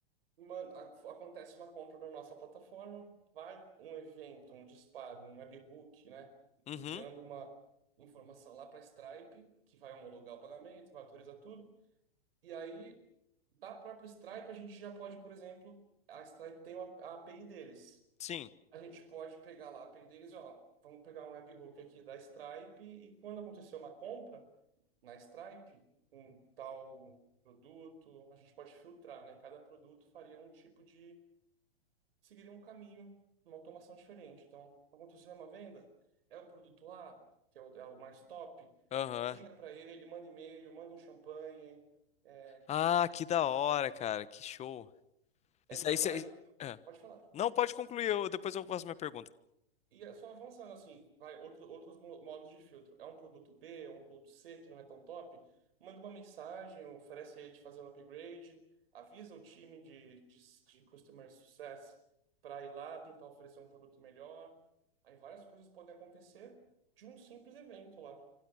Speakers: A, on the right (about 70°); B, on the left (about 20°).
A: Mano, a- acontece uma compra na nossa plataforma, vai um evento, um disparo, um webhook, né?
B: Uhum,
A: Enviando uma informação lá para Stripe, que vai homologar o pagamento, vai autorizar tudo. E aí, da própria Stripe, a gente já pode, por exemplo, a Stripe tem uma, a API deles.
B: sim.
A: A gente pode pegar lá a API deles, ó, vamos pegar um webhook aqui da Stripe e quando acontecer uma compra na Stripe um tal produto, a gente pode filtrar, né? Cada produto faria um tipo de, seguiria um caminho, uma automação diferente. Então, aconteceu uma venda, é o produto A, que é o, é o mais top,
B: Aham.
A: liga para ele, manda e-mail, manda um champanhe, é,
B: Ah, que da hora, cara. Que show.
A: é-
B: Isso aí,
A: ela-
B: cê-
A: aí,
B: é.
A: pode falar.
B: Não, pode concluir, eu- depois eu faço minha pergunta.
A: E é só avançando assim, vai outro- outros mo- modos de filtro. É um produto B, é um produto C que não é tão top? Manda uma mensagem, oferece a ele de fazer um upgrade, avisa o time de, de, de Customer Success para ir lá tentar oferecer um produto melhor. Aí várias coisas podem acontecer de um simples evento lá,